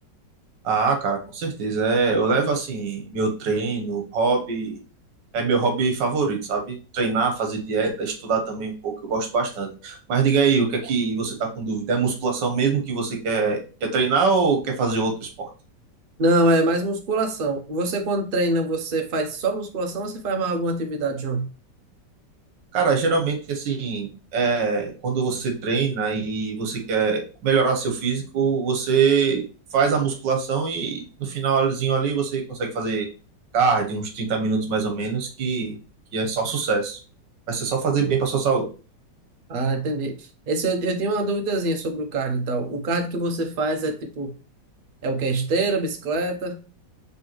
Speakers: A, on the right (about 80°); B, on the right (about 55°).
A: Ah, cara, com certeza. É, eu levo assim meu treino, hobby, é meu hobby favorito, sabe? Treinar, fazer dieta, estudar também um pouco, eu gosto bastante. Mas diga aí, o que é que você tá com dúvida? É musculação mesmo que você quer, quer treinar ou quer fazer outro esporte?
B: Não, é mais musculação. Você quando treina, você faz só musculação ou você faz mais alguma atividade junto?
A: Cara, geralmente, assim, é, quando você treina e você quer melhorar seu físico, você faz a musculação e no finalzinho ali você consegue fazer cardio, uns 30 minutos mais ou menos, que, que é só sucesso. Vai ser só fazer bem para sua saúde.
B: Ah, entendi. Esse, eu, eu tenho uma duvidazinha sobre o cardio e tal. O cardio que você faz é tipo, é o que? Esteira, bicicleta,